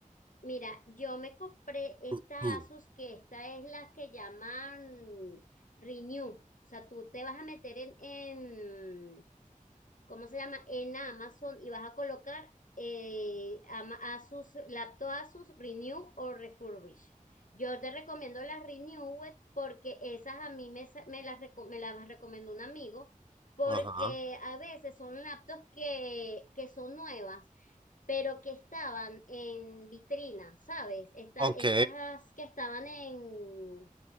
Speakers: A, on the left; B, on the right.
A: mira, yo me compré esta
B: <clears throat> Ujú.
A: Asus, que esta es la que llaman Renew. O sea, tú te vas a meter en, ¿cómo se llama? En Amazon y vas a colocar eh, Ama- Asus, laptop Asus Renew o Refurbish. Yo te recomiendo las Renew porque esas a mí me, sa- me las, reco- me las recomendó un amigo porque
B: Ajá.
A: a veces son laptops que, que son nuevas, pero que estaban en vitrina, ¿sabes? Esta-
B: Ok.
A: estas que estaban en,